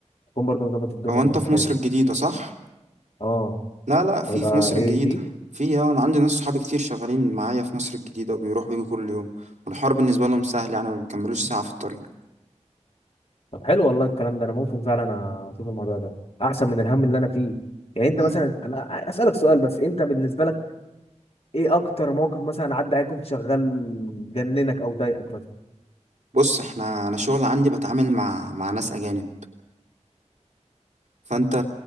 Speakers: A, on the left; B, on the right.
A: اكون برضه مظبط الدنيا
B: أو
A: بالنسبه
B: أنت في مصر
A: لي
B: الجديدة صح؟
A: اه
B: لا لا في
A: هيبقى
B: في مصر الجديدة
A: ايه فيه
B: في آه، أنا عندي ناس صحابي كتير شغالين معايا في مصر الجديدة وبيروحوا ويجوا كل يوم والحوار بالنسبة لهم سهل يعني ما بيكملوش ساعة في الطريق
A: طب حلو والله الكلام ده انا ممكن فعلا اشوف الموضوع ده احسن من الهم اللي انا فيه يعني انت
B: يعني
A: مثلا انا اسالك سؤال بس انت بالنسبه لك ايه اكتر موقف مثلا عدى عليك كنت شغال جننك او ضايقك مثلا
B: بص احنا أنا شغل عندي بتعامل مع مع ناس أجانب فأنت